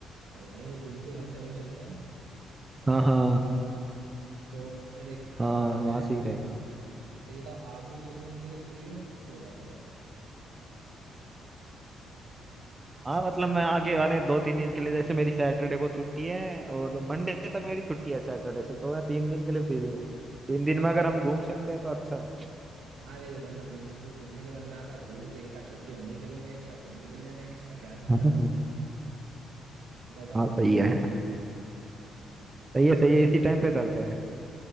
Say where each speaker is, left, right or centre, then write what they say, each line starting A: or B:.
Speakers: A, on the right (about 85°); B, on the right (about 20°).
A: तो वहीं घूमते घामते वहीं चलते हैं
B: हाँ हाँ
A: तो फिर एक काम
B: हाँ
A: करते
B: वहाँ
A: हैं
B: से ही रहेगा
A: तो ये बताओ आप भी दो तीन दिन के लिए फ्री हो ये बताओ पहले आप
B: हाँ मतलब मैं आगे वाले दो तीन दिन के लिए जैसे मेरी सैटरडे को छुट्टी है और मंडे तक मेरी छुट्टी है सैटरडे से तो मैं तीन दिन के लिए फ्री हूँ तीन दिन
A: हाँ
B: में
A: तो
B: अगर हम घूम सकते हैं तो अच्छा है
A: अरे वरना तीन दिन तो घूम लेंगे वरना अगर हो तो एक आध छुट्टी हम भी कर लेंगे एक्स्ट्रा तुम भी कर लेना एक्स्ट्रा क्या दिक्कत
B: हाँ हाँ
A: है बताओ
B: हाँ, सही है सही है सही
A: तो
B: है
A: फिर
B: इसी
A: एक
B: टाइम पे डालते हैं